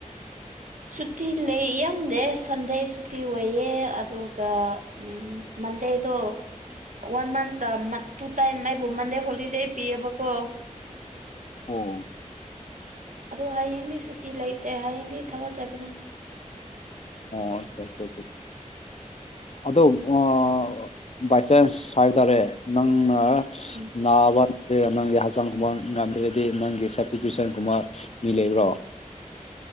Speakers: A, on the right; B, on the left.
A: ꯁꯨꯇꯤ ꯂꯩ ꯌꯥꯝꯗꯦ ꯁꯟꯗꯦ ꯁꯨꯇꯤ ꯑꯣꯏꯌꯦ ꯑꯗꯨꯒ ꯎꯝ ꯎꯝ ꯃꯟꯗꯦꯗꯣ ꯋꯥꯟ ꯃꯟꯁꯇ ꯇꯨ ꯇꯥꯏꯝ ꯑꯩꯕꯨ ꯃꯟꯗꯦ ꯍꯣꯂꯤꯗꯦ ꯄꯤꯌꯦꯕꯀꯣ
B: ꯑꯣ
A: ꯑꯗꯨ ꯍꯌꯦꯡꯗꯤ ꯁꯨꯇꯤ ꯂꯩꯇꯦ ꯍꯌꯦꯡꯗꯤ ꯊꯕꯛ ꯆꯠꯀꯅꯤ
B: ꯍ <unintelligible> ꯑꯗꯣ ꯑꫭ ꯕꯥꯏ ꯆꯥꯟꯁ ꯍꯥꯏꯕꯇꯥꯔꯦ ꯅꯪꯅ
A: ꯎꯝ
B: ꯅꯥꯕ ꯅꯠꯇ <unintelligible> ꯅꯪꯒꯤ ꯍꯛꯆꯥꯡꯒꯨꯝꯕ ꯉꯝꯗ꯭ꯔꯗꯤ ꯅꯪꯒꯤ ꯁꯞꯁꯇꯤꯇ꯭ꯌꯨꯁꯟ ꯒꯨꯝꯕ ꯃꯤ ꯂꯩꯕ꯭ꯔꯣ